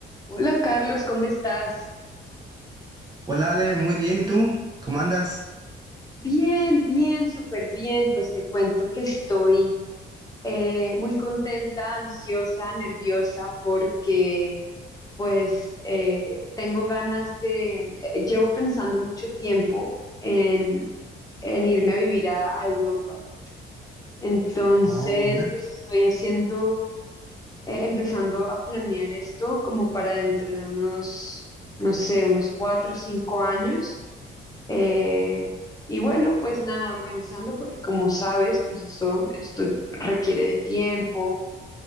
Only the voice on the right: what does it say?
Hola Ale, muy bien, ¿y tú? ¿Cómo andas?
Oh, mira.